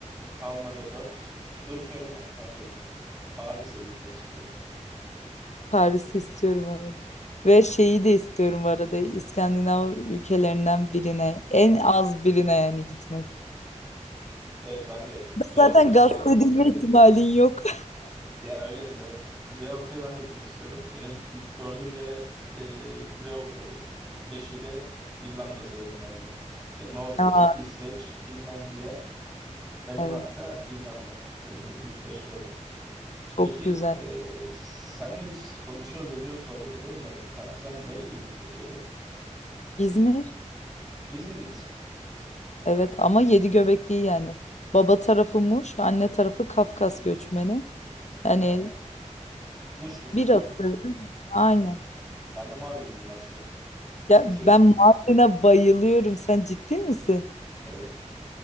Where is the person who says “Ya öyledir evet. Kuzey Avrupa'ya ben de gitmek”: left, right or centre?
Centre